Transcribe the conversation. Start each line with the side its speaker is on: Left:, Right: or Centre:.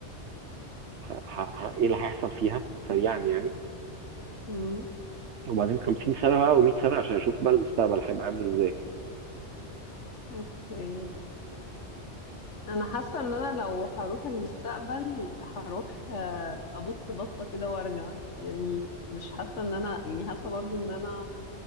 Right: ه- ه- ه- ايه اللي هيحصل فيها سريعا يعني
Left: مم.
Right: وبعدين 50 سنة بقى و100 سنة عشان اشوف بقى المستقبل هيبقى عامل ازاي
Left: اوكي انا حاسه ان انا لو هروح المستقبل هروح آه، ابص بصه كده وارجع يعني مش حاسه ان انا يعني حاسه برضو ان انا